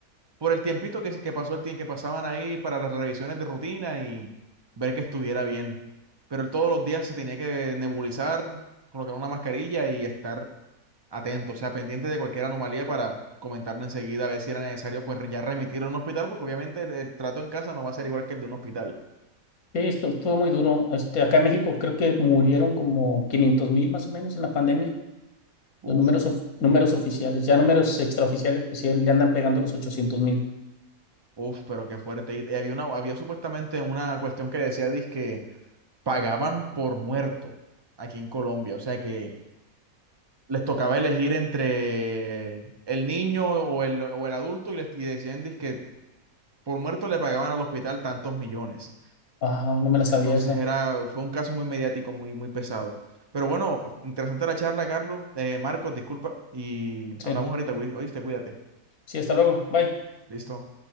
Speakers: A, on the right; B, on the left.
A: por el tiempito que, se- que pasó el tiempo que pasaban ahí para las revisiones de rutina y ver que estuviera bien. Pero él todos los días se tenía que nebulizar, colocar una mascarilla y estar atento, o sea, pendiente de cualquier anomalía para comentarle enseguida a ver si era necesario pues ya remitirlo a un hospital, porque obviamente el, el trato en casa no va a ser igual que el de un hospital.
B: sí, esto estuvo muy duro. Este, acá en México creo que murieron como quinientos mil más o menos en la pandemia,
A: Uf,
B: los números, of- números oficiales, ya números extraoficiales, pues sí, le andan pegando los ochocientos mil.
A: uf, pero qué fuerte. Y había una, había supuestamente una cuestión que decía, dizque pagaban por muerto aquí en Colombia. O sea que les tocaba elegir entre el niño o el, o el adulto y, les, y decían que por muerto le pagaban al hospital tantos millones.
B: Ah, no me la
A: Entonces
B: sabía esa.
A: era, fue un caso muy mediático, muy, muy pesado. Pero bueno, interesante la charla, Carlos. Eh, Marcos, disculpa. Y
B: Sí.
A: hablamos ahorita, güey. oíste, cuídate.
B: Sí, hasta luego. Bye.
A: Listo.